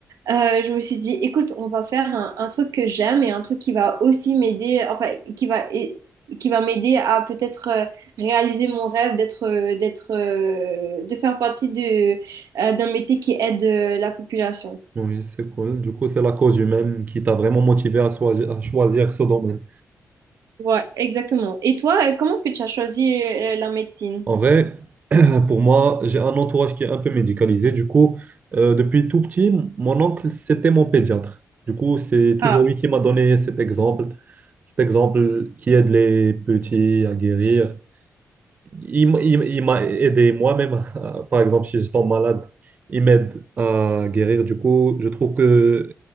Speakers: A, on the right; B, on the right.
A: euh, je me suis dit, écoute, on va faire un, un truc que j'aime et un truc qui va aussi m'aider, enfin, qui va, et- qui va m'aider à peut-être euh, réaliser mon rêve d'être, euh, d'être, euh, de faire partie de, euh, d'un métier qui aide euh, la population.
B: oui, c'est cool. Du coup, c'est la cause humaine qui t'a vraiment motivé à choisir, à choisir ce domaine.
A: Ouais, exactement. Et toi, euh, comment est-ce que tu as choisi euh, la médecine?
B: En vrai, pour moi, j'ai un entourage qui est un peu médicalisé. Du coup, euh, depuis tout petit, mon oncle, c'était mon pédiatre. Du coup, c'est toujours
A: Ah.
B: lui qui m'a donné cet exemple, cet exemple qui aide les petits à guérir. Il, m- il- m- il m'a aidé moi-même. <laughs> Par exemple, si je tombe malade, il m'aide à guérir. Du coup, je trouve que